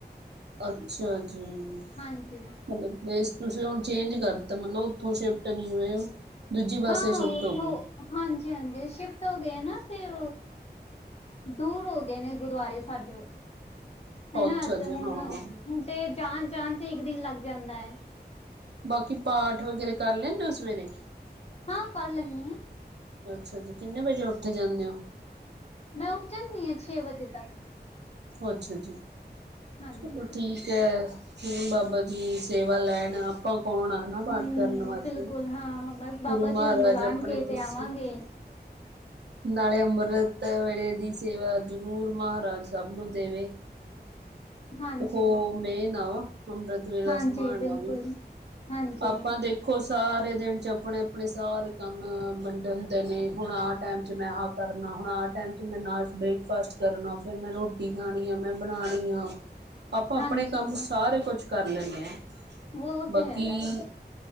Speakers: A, on the right; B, on the left.
A: ਅਛਾ ਜੀ-
B: ਹਾਂਜੀ
A: ਮਤਲਬ ਪ੍ਲੇਸ ਤੁਸੀਂ ਹੁਣ ਚੇਂਜ ਕਰਤਾ ਮਤਲਬ ਉੱਥੋਂ ਸ਼ਿਫਟ ਨਹੀਂ ਹੋਏ। ਦੂਜੇ ਪਾਸੇ
B: ਹਾਂ ਹਾਂ
A: ਸਿਫਟ
B: ਉੱਥੋਂ
A: ਹੋ ਗਈ
B: ਹਾਂਜੀ- ਹਾਂਜੀ ਸ਼ਿਫਟ ਹੋ ਗਏ ਨਾ ਫਿਰ, ਦੂਰ ਹੋ ਗਏ ਗਏ ਨੇ ਗੁਰਦੁਆਰੇ ਸਾਡੇ, ਹਨਾ
A: ਅੱਛਾ
B: ਤੇ
A: ਜੀ
B: ਹੁਣ,
A: ਹਾਂ ਹਾਂ।
B: ਹੁਣ ਤੇ ਜਾਣ ਜਾਣ 'ਚ ਇਕ ਦਿਨ ਲੱਗ ਜਾਦਾ ਹੈ।
A: ਬਾਕੀ ਪਾਠ ਵਗੈਰਾ ਕਰ ਲੈਂਦੇ ਸਵੇਰੇ
B: ਹਾਂ ਕਰ ਲੈਂਦੀ ਨ
A: ਅੱਛਾ ਜੀ, ਕਿੰਨੇ ਵਜੇ ਉੱਠ ਜਾਂਦੇ ਹੋ
B: ਮੈਂ ਉੱਠ ਜਾਂਦੀ ਹਾਂ, ਛੇ ਵਜੇ ਤੱਕ
A: ਅੱਛਾ ਜੀ।
B: ਹਾਂਜੀ
A: ਚਲੋ ਠੀਕ ਹੈ। ਬਾਬਾ ਜੀ ਸੇਵਾ ਲੈਣ, ਆਪਾਂ ਕੌਣ ਹਨਾ-
B: ਹਮ
A: ਪਾਠ ਕਰਨ ਵਾਸਤੇ,
B: ਬਿਲਕੁਲ ਹਾਂ ਬਸ ਬਾਬਾ
A: ਗੁਰੂ ਮਹਾਰਾਜ
B: ਜੀ ਹੁਣ ਬੁਲਾਉਣਗੇ
A: ਆਪਣੇ
B: ਤੇ
A: ਦੱਸੇ-
B: ਆਵਾਂਗੇ
A: ਨਾਲੇ ਅੰਮ੍ਰਿਤ ਵੇਲੇ ਦੀ ਸੇਵਾ ਜ਼ਰੂਰ ਮਹਾਰਾਜ ਸਾਹਿਬ ਨੂੰ ਦੇਵੇ।
B: ਹਾਂਜੀ
A: ਉਹ ਮੇਨ ਵਾ ਅੰਮ੍ਰਿਤ ਵੇਲਾ
B: ਹਾਂਜੀ
A: ਸੰਭਾਲਿਆ
B: ਬਿਲਕੁਲ
A: ਵੀ,
B: ਹਾਂਜੀ
A: ਆਪਾਂ ਦੇਖ- ਦੇਖੋ ਸਾਰੇ ਦਿਨ 'ਚ ਆਪਣੇ -ਆਪਣੇ ਸਾਰੇ ਕੰਮ ਵੰਡੇ ਹੁੰਦੇ ਨੇ, ਹੁਣ ਆਹ ਟਾਈਮ 'ਚ ਮੈ - ਕਰਨਾ, ਹੁਣ ਆਹ ਟਾਈਮ 'ਚ ਮੈਂ ਨਾਸ਼ ਬ੍ਰੇਕਫਾਸਟ ਕਰਨਾ, ਫਿਰ ਮੈਂ ਰੋਟੀ ਖਾਣੀ ਆ, ਮੈਂ ਬਣਾਉਣੀ ਆ ਆਪਾਂ ਆਪਣੇ
B: ਹਾਂਜੀ
A: ਕੰਮ ਸਾਰੇ ਕੁਛ ਕਰ ਲੈਂਨੇ ਆ,
B: ਉਹ
A: ਬਾਕੀ
B: ਤੇ ਹੈਗਾ ਹੈ